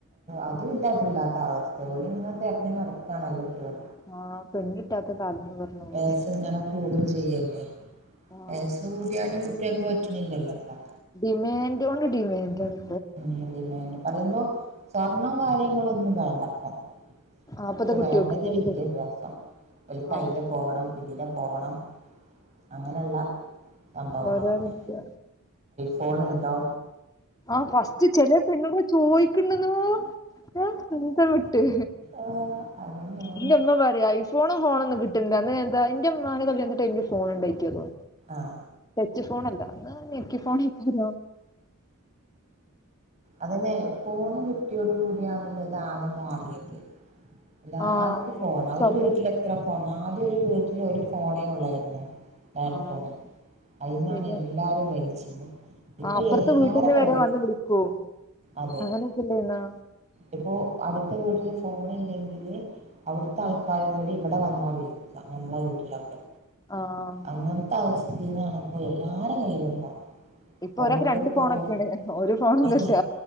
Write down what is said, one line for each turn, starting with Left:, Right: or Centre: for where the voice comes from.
Right: അതുമില്ല ഇതും ഇല്ലാത്ത അവസ്ഥ ഒരിങ്ങനെ തിരഞ്ഞ് നടക്കുകാണല്ലോക്കെയും
Left: ആഹ് പെണ്ണ് കിട്ടാത്ത കാലംന്ന് പറഞ്ഞ
Right: പേസ
Left: പോലെ
Right: ഇങ്ങനെ കൂടും ചെയ്യല്ലേ
Left: ആഹ്
Right: പേസ കൂട്ടിയാലും കുട്ടിയക്ക്പറ്റ അനില്ലല്ലപ്പ
Left: ഡിമാന്റോട് ഡിമാൻറാണ്
Right: ഉം പിന്നെ ഡിമാന്റ് പറയുമ്പോ സ്വർണം കാര്യങ്ങളൊന്നും വേണ്ട്പ്പോ
Left: ആപ്പത്തെ
Right: പക്ഷെ
Left: കുട്ടിയോൾക്ക്
Right: വേണ്ടത്
Left: പെൺകുട്ടിയോൾക്ക്
Right: വിദ്യാഭ്യാസം ഒരു കൈയില്
Left: ആഹ്
Right: പോവണം ല് പോവണം അങ്ങനെയുള്ള സംഭവങ്ങളൊക്കെ
Left: ഓരോരോ ഇത്
Right: ഫോൺ ണ്ടോ
Left: ആഹ് ഫസ്റ്റ് ചെല പെണ്ണ്ങ ചോയ്ക്കണ്ന്നു ഓ എന്ത് വ്ട്ട്
Right: ഏഹ് അതന്നെയാണ്
Left: എന്റെ അമ്മ പറയാ ഐഫോണും ഫോണൊന്നും കിട്ടുന്നണ്ട് എന്താ എന്റെ അ്മാെ ക എ ടൈമില് ഫോണ ഉണ്ടായിോോ
Right: ആഹ
Left: ച്ച് ഫോണല്ല എന്ന എക്കി ഫോണക്കോ
Right: അതിനെപ്പോണ് കിട്ടിയോട് കൂടിയണല്ലോതാകം മാറിയത് എല്ലാർക്കും
Left: ആഹ്
Right: ഫോൺ
Left: സ്വഭാവം
Right: ഒരു വീട്ടില എത്ര ഫോൺ ആദ്യം ഒരു വീട്ടില് ഒരു ഫോണേയും ഉള്ളായിരുന്നു ലാൻഡ്
Left: ആഹ്
Right: ഫോൺ അതിൽന്നാണ്
Left: ശരിയാണ്
Right: എല്ലാവരും മേലിച്ചിുന്നത് ഇപ്പൊ
Left: ആഹ് അപ്പുറത്തെ
Right: എല്ലാരു
Left: വീട്ടിന്ന്
Right: കയ്യിയില്
Left: വരെ വന്ന് വിളിക്കും
Right: അതെ
Left: അങ്ങനെയൊക്കെ ഇല്ലേന്നോ
Right: ഇപ്പോൊ അടു ഇത്തെ വീട്ടില് ഫോൺ ഇല്ലെങ്കിൽ അവിടുത്തെ ആൾക്കാരും
Left: ആഹ്
Right: കൂടി ഇവിടെ വന്നാൽ മതി നമ്മളെ വീട്ടിലൊക്കെ
Left: ആഹ്
Right: അങ്ങനത്തെ അവസ്ഥ ീന്നണിപ്പോ എല്ലാരും കയ്യില ഇപ്പോ
Left: ഇപ്പൊ
Right: ഓരോരുത്തർ
Left: ഒരാൾക്ക് രണ്ട്
Right: പോരാ
Left: ഫോണൊക്കെയാണ് ഒരു ഫോണൊന്നുല്ല
Right: അതെ